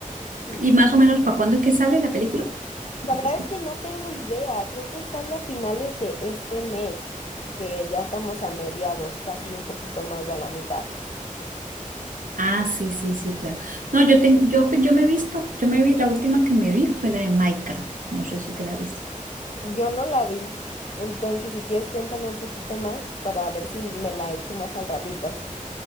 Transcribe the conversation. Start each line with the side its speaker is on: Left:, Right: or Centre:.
Left: sí.
Right: ¿Y más o menos para cuándo es que sale la película? Entonces,
Left: La verdad
Right: que-
Left: es que no tengo idea, creo que sale a finales de este mes, que ya estamos a mediados, casi un poquito más de la mitad.
Right: Ah, sí, sí, sí, claro. No, yo tengo, yo, pues, yo me he visto, yo me vi, la última que me vi fue la de Minecraft, no sé si te la viste.
Left: Yo no la vi, entonces si quieres cuéntame un poquito más para ver si me la echo más al ratito.